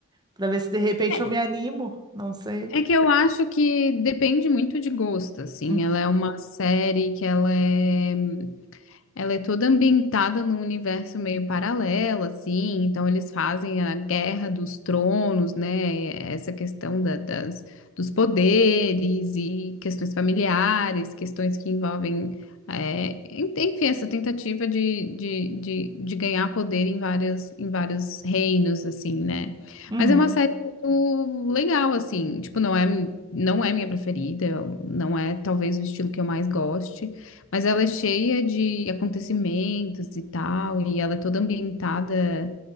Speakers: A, on the right; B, on the left.
A: para ver se de repente
B: É,
A: eu me animo, não sei.
B: é que eu acho que depende muito de gosto, assim.
A: Uhum.
B: Ela é uma série que ela é Ela é toda ambientada num universo meio paralelo, assim. Então, eles fazem a Guerra dos Tronos, né? Essa questão da- das, dos poderes e questões familiares, questões que envolvem. é, en- enfim, essa tentativa de, de, de, de ganhar poder em vários, em vários reinos, assim, né?
A: Uhum.
B: Mas é uma série muito legal, assim. Tipo, não é, não é minha preferida, não é talvez o estilo que eu mais goste. Mas ela é cheia de acontecimentos e tal, e ela é toda ambientada